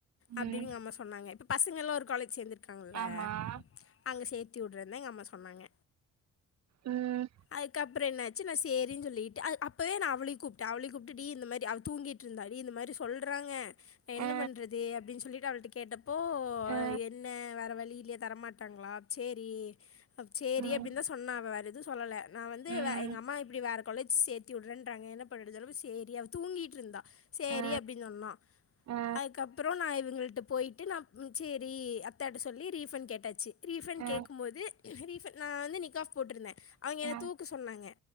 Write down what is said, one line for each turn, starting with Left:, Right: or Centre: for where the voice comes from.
Left: அப்டின்
Right: ம்
Left: எங்க அம்மா சொன்னாங்கெ இப்ப பசங்கெல்லு ஒரு காலேஜ் சேந்துர்க்காங்கல்ல
Right: ஆமா
Left: ம் ஹும் அங்க சேத் தி உட்றன் தா எங்க அம்மா சொன்னாங்க
Right: ம்
Left: அய்க்கப்ர என்னத் சின்ன சேரின் சொல்லிட்டு அத் அப்பவே நா அவளி கூப்ட்ட அவளி கூப்ட்டு டி இந்த மேரி அவ தூங்கீட்ருந்தா ரி இந்த மாரி சொல்றாங்க என்ன
Right: அ
Left: பண்றது அப்டின் சொல்லிட்டு அவள்ட்ட கேட்டப்போ
Right: அ
Left: என்ன வேர வலி லியே தரமாட்டாங்ளா சேரி அ சேரி
Right: ம்
Left: அப்டின்தா சொன்னா அவ வேற எ து சொல்லல நா வந்து
Right: ம்
Left: வே எங்க அம்மா இப்டி வேற கொலேஜ் சேத்தி உட்றன்றாங்க என்ன பண்ணுடது தரவு சேரி அவ் தூங்கீட்ருந்தா சேரி
Right: அ
Left: அப்டின் சொல்லா
Right: அ
Left: அதுக்கப்பறோ நா இவுங்கள்ட்ட போயிட்டு நா ம் செரி அத்தட்ட சொல்லி ரீஃபண்ட் கேட்டாச்சு ரீஃபண்ட்
Right: அ
Left: கேக்கும் போது எனக்கு ரீஃபன் நா வந்து நிக் ஆஃப் போட்டுருந்தே அவிங்க
Right: அ
Left: என தூக்கு சொன்னாங்க